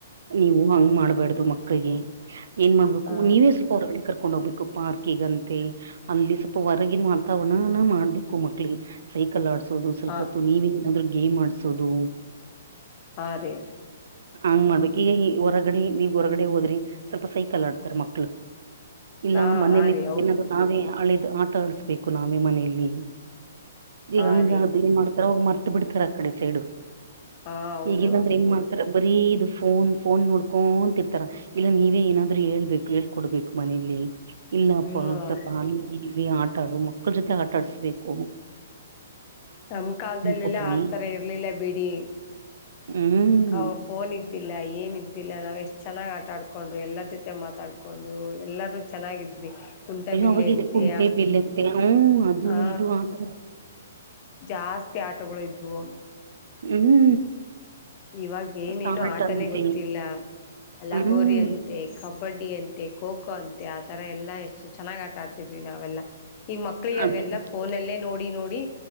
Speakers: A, on the right (about 55°); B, on the left (about 25°).
A: ನೀವು ಹಂಗ್ ಮಾಡ್ಬೇಡ್ದು ಮಕ್ಕಳಿಗೆ ಏನ್ ಮಾಡ್ಬೇಕು
B: ಹಾ
A: ನೀವೇ ಸ್ವಲ್ಪ ಹೊರಗಡೆ ಕರ್ಕೊಂಡ್ ಹೋಗ್ಬೇಕು ಪಾರ್ಕಿಗಂತೆ ಅಲ್ಲಿ ಸ್ವಲ್ಪ ಹೊರಗಿನ ವಾತಾವರಣಾನ ಮಾಡ್ಬೇಕು ಮಕ್ಕಳಿಗೆ ಸೈಕಲ್ ಆಡ್ಸೋದು ಸ್ವಲ್ಪ
B: ಹಾ
A: ಹೊತ್ತು ನೀವೇ ಏನಾದ್ರು ಗೇಮ್ ಆಡ್ಸೋದು
B: ಹಾ ರೀ
A: ಹಂಗ್ ಮಾಡ್ಬೇಕ ಈಗ ಈ ಹೊರಗಡೆ ನೀವ್ ಹೊರಗಡೆ ಹೋದ್ರೆ ಸ್ವಲ್ಪ ಸೈಕಲ್ ಆಡ್ತಾರೆ ಮಕ್ಕಳ ಇಲ್ಲಾ
B: ಹಾ
A: ಮನೇೆಯಲ್ಲಿ
B: ಹಾ ರೀ ಹೌದು
A: ಏನಾದ ನಾವೇ ಹಳೇಧ್ ಆಟ ಆಡಸಬೇಕ ನಾವೇ ಮನೆಯಲ್ಲಿ ಈಗ
B: ಹಾ
A: ಹಂಗ
B: ರೀ
A: ಅ ದೀನ್ ಮಾಡ್ತಾರ ಅವಾಗ ಮರ್ತ ಬಿಡ್ತಾರ ಆಕಡೆ ಸೈಡು
B: ಹಾ ಹೌದೌದ್ರಿ
A: ಈಗಲ್ಲಾಂದ್ರೆ ಹೆಂಗ ಮಾಡ್ತ ರ ಬರೀ ಇದು <unintelligible> ಫೋನ್ ಫೋನ್ ನೋಡ್ಕೊಂತಿರ್ತಾರ ಇಲ್ಲ ನೀವೇ ಏನಾದ್ರು ಹೇಳ್ಬೇಕು ಹೇಳ್ಕೊಡ್ಬೇಕು ಮನೇಲಿ ಇಲ್ಲಪ್ಪಾ
B: ಹ್ಮ್
A: ಸ್ವಲ್ಪ ಅಲ್ಲಿ ಇಲ್ಲಿ ಆಟಾಡು ಮಕ್ಕಳ ಜೊತೆ ಆಟಾಡ್ಸ್ಬೇಕು
B: ನಮ್ಮ ಕಾಲದಲ್ಲೆಲ್ಲ
A: ಕೊಟ್ರಿ
B: ಆತರ ಇರ್ಲಿಲ್ಲ ಬಿಡಿ
A: ಹುಂ
B: ಅವಾಗ ಫೋನ್ ಇದ್ದಿಲ್ಲಾ ಏನಿದ್ದಿಲ್ಲಾ ನಾವು ಎಷ್ಟು ಚೆನ್ನಾಗ್ ಆಟ ಆಡ್ ಕೊಂಡು ಎಲ್ಲರ ಜೊತೆ ಮಾತಾಡ್ ಕೊಂಡು ಎಲ್ಲಾರು ಚೆನ್ನಾಗಿದ್ವಿ ಕುಂಟಬಿಲ್ಲೆ
A: ಅಯ್ಯೋ ಅವಾಗ
B: ಅಂತೆ
A: ಕುಂಟೆ ಬಿಲ್ಲಂತೆ ಹೂ ಅದು
B: ಆ
A: ಇದು ಆಟ
B: ಜಾಸ್ತಿ ಆಟಗಳು ಇದ್ವು
A: <unintelligible>
B: ಇವಾಗ ಏನೇನು
A: ಸಾಲ್ಟ್
B: ಆಟನೇ
A: ಅಂತೆ
B: ಗೊತ್ತಿಲ್ಲಾ ಲಗೋರಿ
A: ಹ್ಮ್
B: ಅಂತೆ, ಕಬಡ್ಡಿ ಅಂತೆ, ಖೋ ಖೋ ಅಂತೆ, ಆ ತರಾ ಎಲ್ಲಾ ಎಷ್ಟು ಚೆನ್ನಾಗ್ ಆಟ ಆಡ್ತ ತಿದ್ವಿ ನಾವೆಲ್ಲಾ ಈಗ ಮಕ್ಕಳಿಗೆ
A: ಅದೇ
B: ಅವೆಲ್ಲಾ
A: ಮತ್ತೆ,
B: ಫೋನಲ್ಲೇ ನೋಡಿ ನೋಡಿ